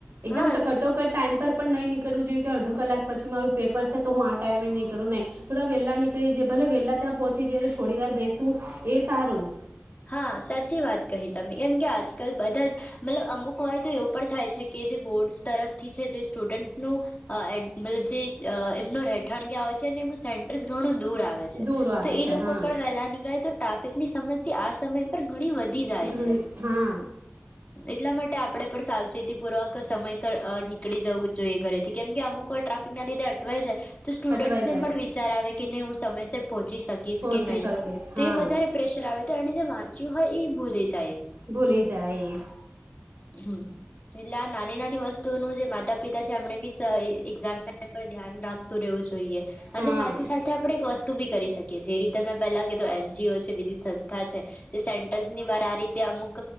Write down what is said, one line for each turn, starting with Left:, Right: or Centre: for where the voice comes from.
Right: એકદમ
Left: હા
Right: કટોકટ ટાઈમ પર પણ નહીં નીકળવું જોઈએ કે અડધ કલાક પછી મારું પેપર છે તો હું આ ટાઈમે નીકળું નહીં થોડા વહેલા નીકળી જાય ભલે વહેલા ત્યાં પહોંચી જાય તો થોડી વાર બેસું એ સારું.
Left: હા સાચી વાત કહી તમે કેમ કે આજકાલ બધા જ મતલબ અમુક વાર તો એવું પણ થાય છે કે જે બોર્ડ તરફથી છે જે સ્ટુડન્ટનું મતલબ જે અ એમનું રહેઠાણ ક્યાં હોઈ છે <unintelligible> એમનું <unintelligible> ઘણું દૂર આવે છે.
Right: દૂર આવે
Left: તો એ
Right: છે
Left: લોકો
Right: હા
Left: પણ વહેલા નીકળે તો ટ્રાફિકની સમસ્યા આ સમય પર ઘણી વધી જાય
Right: ઘણી
Left: છે.
Right: હા
Left: એટલા માટે આપણેે પણ સાવચેતી પૂર્વક સમયસર નીકળી જવું જોઈએ ઘરેથી કેમ કે અમુક વાર ટ્રાફિક ના લીધે અટવાય જાય. તો સ્ટુડન્ટ્સને
Right: અટવાઈ જાય
Left: પણ વિચાર આવે કે નહી હું સમયસર પહોંચી શકીશ
Right: પહોંચી
Left: કે નહીં
Right: શકીશ હા
Left: તે વધારે પ્રેશર આવે તેણે જે વાંચ્યું હોય એ ભૂલી જા
Right: ભૂલી જાય એ.
Left: હમ્મ એટલેઆ નાની નાની વસ્તુ તો <unintelligible> જે માતા પિતા છે એમને બી એઝામ ટાઈમે પર ધ્યાન રાખતું રહેવું જોઈએ.
Right: હા
Left: અને સાથે સાથે આપડે <unintelligible> બી કરી શકીએ જે રીતે મેં પેલા કિધુ તો એનજીઓ છે. બીજી સસ્ થા જે સેનટરસ ની વાર આ રીતે અમુક